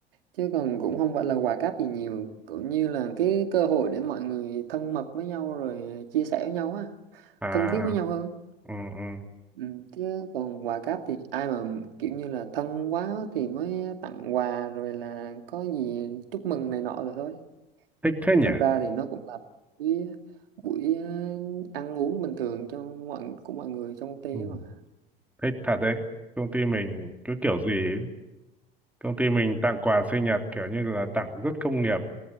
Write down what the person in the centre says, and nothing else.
à
ừ, ừ.
thích thế
nhỉ
ừ.
thích thật đấy công ty mình cứ kiểu gì ấy. công ty mình tặng quà sinh nhật kiểu như là tặng rất công nghiệp